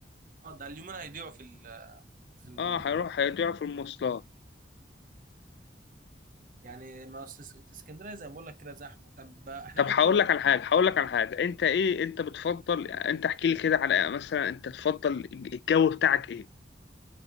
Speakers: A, on the right; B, on the left.
A: اه ده اليومين هيضيعوا في ال- في المواصلات
B: اه هيروح هيضيع في المواصلات
A: يعني ما أصل اس- اسكندريه زي ما بقول لك كده زحمه طب احنا
B: طب
A: ممكن
B: هقول لك على حاجه هقول لك على حاجه انت ايه انت بتفضل انت احكي لي كده على مثلا انت تفضل الجو بتاعك ايه